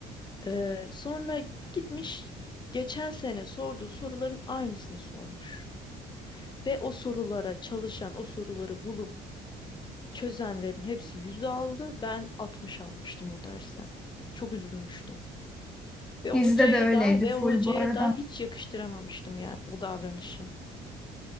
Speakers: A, on the left; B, in the centre.
A: Ee, sonra gitmiş geçen sene sorduğu soruların aynısını sormuş. Ve o sorulara çalışan, o soruları bulup çözenlerin hepsi yüzde aldı. Ben 60 almıştım o dersten. Çok üzülmüştüm. Ve o
B: Bizde
A: hocaya
B: de öyleydi
A: da ve
B: full
A: o hocaya
B: bu arada.
A: da hiç yakıştıramamıştım yani o davranışı.